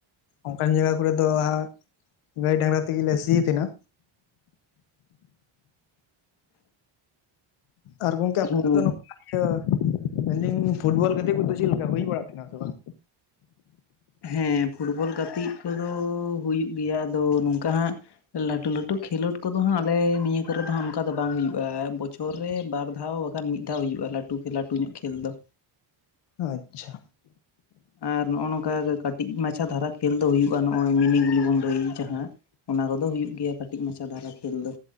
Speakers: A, on the left; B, on the left.
A: ᱚᱱᱠᱟᱱ ᱡᱟᱭᱜᱟ ᱟᱸ ᱜᱟᱹᱭ ᱰᱟᱝᱨᱟ ᱛᱮᱜᱮᱞᱮ ᱥᱤ ᱮᱫ ᱛᱟᱦᱮᱱᱟ᱾ ᱟᱨ ᱜᱚᱝᱠᱮ ᱟᱯᱮ
B: ᱦᱩᱸ
A: ᱥᱮᱫ ᱫᱚ ᱱᱩᱠᱩ, ᱤᱭᱟᱹ ᱢᱮᱱᱫᱟᱹᱧ ᱯᱷᱩᱴᱵᱚᱞ ᱜᱮᱫᱤ ᱠᱚᱫᱚ ᱪᱮᱜ ᱞᱮᱠᱟ ᱦᱩᱭ ᱵᱟᱲᱟᱜ ᱠᱟᱱᱟ ᱥᱮ ᱵᱟᱝ?
B: ᱦᱮᱸ ᱯᱷᱩᱴᱵᱚᱞ ᱜᱟᱛᱮᱜ ᱠᱚᱫᱚ ᱦᱩᱭᱩᱜ ᱜᱮᱭᱟ ᱟᱫᱚ ᱱᱚᱝᱠᱟ ᱦᱟᱸᱜ ᱞᱟᱹᱴᱩ ᱞᱟᱹᱴᱩ ᱠᱷᱮᱞᱚᱰ ᱠᱚᱫᱚ ᱦᱟᱸᱜ ᱟᱞᱮ ᱱᱤᱭᱟᱹ ᱠᱚ ᱨᱮ ᱫᱚ ᱦᱟᱸᱜ ᱚᱱᱠᱟ ᱫᱚ ᱵᱟᱝ ᱦᱩᱭᱩᱜᱼᱟ ᱵᱚᱪᱷᱚᱨ ᱨᱮ ᱵᱟᱨ ᱫᱷᱟᱣ ᱵᱟᱠᱷᱟᱱ ᱢᱤᱫ ᱫᱷᱟᱣ ᱦᱩᱭᱩᱜᱼᱟ ᱞᱟᱹᱴᱩ ᱠᱮ ᱞᱟᱹᱴᱩ ᱧᱚᱜ ᱠᱷᱮᱞ ᱫᱚ᱾
A: ᱟᱪᱪᱷᱟ
B: ᱟᱨ ᱱᱚᱜ ᱱᱚᱝᱠᱟ ᱠᱟᱹᱴᱤᱡ ᱢᱟᱪᱷᱟ ᱫᱷᱟᱨᱟ ᱠᱷᱮᱞ ᱫᱚ ᱦᱩᱭᱩᱜᱼᱟ ᱱᱚᱜᱼᱚᱭ ᱢᱤᱱᱤ ᱜᱩᱞᱤ ᱵᱚᱱ ᱞᱟᱹᱭ ᱡᱟᱦᱟᱸ᱾ ᱚᱱᱟ ᱠᱚᱫᱚ ᱦᱩᱭᱩᱜ ᱜᱮᱭᱟ ᱠᱟᱹᱴᱤᱡ ᱢᱟᱪᱟ ᱫᱷᱟᱨᱟ ᱠᱷᱮᱞ ᱫᱚ᱾